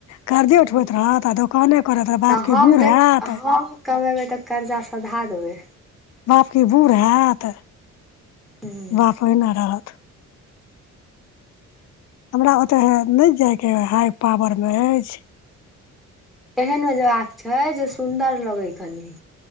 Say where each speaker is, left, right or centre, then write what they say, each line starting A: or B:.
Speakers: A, on the left; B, in the centre.
A: कर्जे
B: हूँ
A: उठबैत रहत आ दोकाने करैत रहत, बाप
B: तऽ हम
A: की बूढ़
B: जे
A: हैत
B: हम कमेबै तऽ कर्जा सधा देबै।
A: बाप की बूढ़ हैत,
B: हूँ
A: बाप ओहिना रहत। हमरा ओतय नै जाइके हई पावर में अइछ।
B: एहेन में जबाक छै जे सुंन्दर लगै कनी।